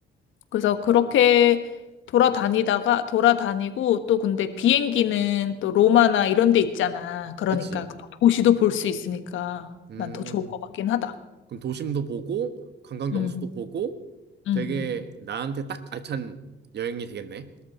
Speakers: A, on the left (about 75°); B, on the right (about 60°).
A: 그래서 그렇게 돌아다니다가 돌아다니고 또 근데 비행기는 또 로마나 이런 데 있잖아. 그러니까
B: 그치.
A: 또 도시도 볼 수 있으니까
B: 음,
A: 난 더 좋을 것 같긴 하다.
B: 그럼 도심도 보고, 관광
A: 음,
B: 명소도 보고,
A: 음.
B: 되게 나한테 딱 알찬 여행이 되겠네.